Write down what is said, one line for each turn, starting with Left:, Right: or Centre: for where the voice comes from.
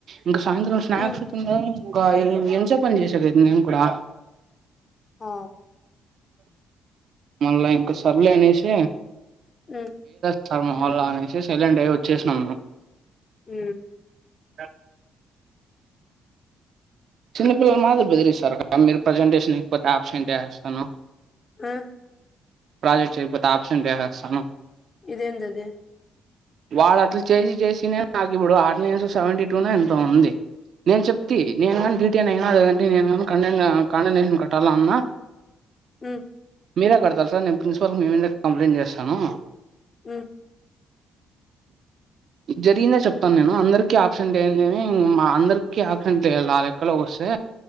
Right: ఇంకా సాయంత్రం స్నాక్స్
Left: ఉమ్
Right: తిన్లేదు ఇంకా ఎంతసేపు పని చేసికి అయితుంది నేను కూడా.
Left: ఆ
Right: మళ్ళా ఇంకా సర్లే అనేసి
Left: ఉ
Right: వాళ్ళ మొహల్లా అనేసి సైలెంట్ అయ్యి వచ్చేసినాము మేము.
Left: ఉ
Right: డగ్ చిన్నపిల్లల మాదిరి బెదిరిస్తారక్క మీరు ప్రజెంటేషన్ ఇకపోతే ఆబ్సెంట్ వేస్తాను.
Left: ఆ
Right: ప్రాజెక్ట్ చేయకపోతే ఆబ్సెంట్ వేసేస్తాను
Left: ఇదేందది
Right: వాడు అట్లా చేసి చేసినే నాకు ఇప్పుడు అటెండెన్స్ సెవెంటీ టునో ఎంతో ఉంది నేను చెప్తీ నేను గాన్ డిటెన్ అయిన అంటే కండెన్ కండెసేషన్ కట్టాల అన్న
Left: ఉ
Right: మీరే కడతారు సార్ నేను ప్రిన్సిపాల్కి మీ మీద నే కంప్లైంట్ చేస్తాను
Left: ఉ
Right: జరిగిందే చెప్తాను నేను అందరికీ ఆబ్సెంట్ ఏంటి అని మా అందరికీ ఆబ్సెంట్ ఏయాలి నాలె కల్లో వస్తే